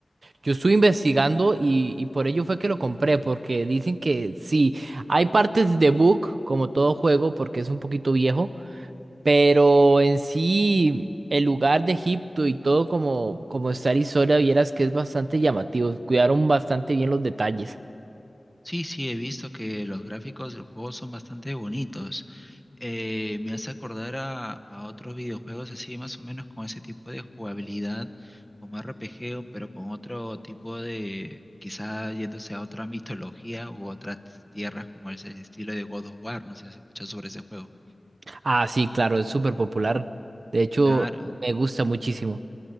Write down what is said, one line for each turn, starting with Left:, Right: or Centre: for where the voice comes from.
Right: Yo estuve investigando y, y por ello fue que lo compré, porque dicen que sí, hay partes de bug, como todo juego, porque es un poquito viejo. Pero en sí, el lugar de Egipto y todo como, como está Arizona, vieras que es bastante llamativo. Cuidaron bastante bien los detalles.
Centre: Sí, sí, he visto que los gráficos del juego son bastante bonitos. Eh, me hace acordar a, a otros videojuegos así más o menos con ese tipo de jugabilidad, como RPG, o- pero con otro tipo de, quizá yéndose a otra mitología u otras tierras como ese estilo de God of War, no sé si has escuchado sobre ese juego.
Right: Ah, sí, claro, es súper popular. De hecho,
Centre: Claro.
Right: me gusta muchísimo.